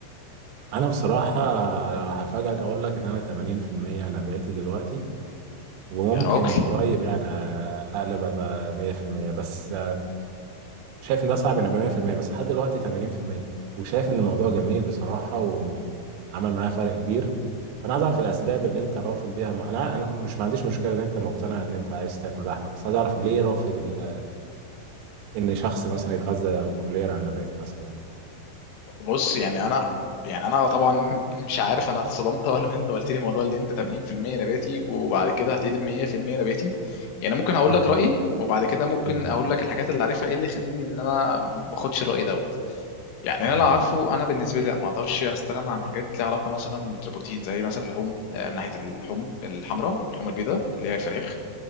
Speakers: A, on the right (about 70°); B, on the left (about 80°).
A: أنا بصراحة آه، هفاجئك أقول لك إن أنا 80% نباتي دلوقتي وممكن
B: يا راجل
A: قريب يعني آه، أقلب أبقى 100% بس شايف ان ده صعب انا 100% بس لحد دلوقتي 80% وشايف ان الموضوع جميل بصراحة وعمل معايا فرق كبير فانا عايز اعرف الاسباب اللي انت رافض بيها الم... انا انا مش ما عنديش مشكلة ان انت مقتنع ان انت عايز تاكل لحمة بس عايز اعرف ليه رافض ال... ان شخص مثلا يتغذى كليا على النبات مثلا
B: بص يعني انا يعني انا طبعا مش عارف انا اتصدمت <laughs> ولا ما انت قلت لي موضوع اللي انت 80% نباتي وبعد كده هتقلب 100% نباتي يعني ممكن اقول
A: امم
B: لك رايي وبعد كده ممكن
A: امم
B: اقول لك الحاجات اللي عارفها ايه اللي يخليني ان انا ما اخدش الراي دوت يعني
A: تمام
B: انا اللي عارفه انا بالنسبه لي لا، ما اقدرش استغنى عن حاجات ليها علاقه مثلا بالبروتين زي مثلا اللحوم آه، من ناحيه اللحوم الحمراء واللحوم البيضاء اللي هي الفراخ